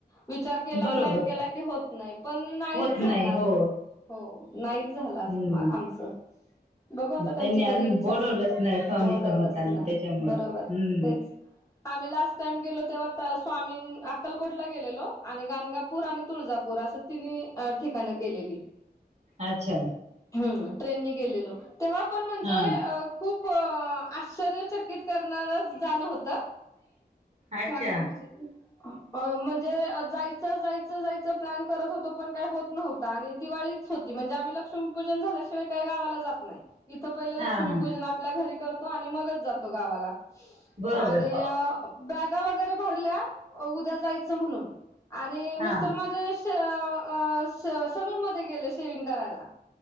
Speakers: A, on the left (about 20°); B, on the right (about 40°).
A: विचार केला
B: बरोबर
A: प्लॅन केला की होत नाही, पण नाहीच
B: होत
A: झाला
B: नाही
A: अजून.
B: हो
A: हो नाहीच झालं
B: हम्म
A: अजून मग आमचं. बघू आता
B: त्यांनी
A: त्यांची
B: अजून
A: कधी इच्छा
B: बोलवलंच
A: असेल
B: नाही, स्वामी
A: बोलवलंच
B: समर्थानी
A: ना
B: त्याच्यामुळं
A: बरोबर
B: हम्म.
A: तेच
B: <inaudible>
A: आम्ही लास्ट टाइम गेलो तेव्हा स्वामी अक्कलकोटला गेलेलो, आणि गाणगापूर आणि तुळजापूर असं तिन्ही अ ठिकाण केलेली.
B: अच्छा
A: हम्म ट्रेन नी गेलेलो तेव्हा पण म्हणजे
B: हा
A: अ खूप अ आश्चर्यचकित करणार जाणं होत.
B: अच्छा
A: <unintelligible> अ म्हणजे अ जायचं जायचं जायचं प्लॅन करत होतो पण काय होत नव्ह आणि दिवाळीच होती म्हणजे आम्ही लक्ष्मीपूजन झालं ते काय गावाला जात नाय, इथं पहिलं लक्ष्मीपूजन
B: हा हा
A: आपल्या घरी करतो, आणि मगच जातो गावाला. आणि
B: बरोबर
A: अ बॅगा वगैरे भरल्या उद्या जायचं म्हणून. आणि मिस्टर
B: हा
A: माझे अ सलून मध्ये गेले शेविंग करायला.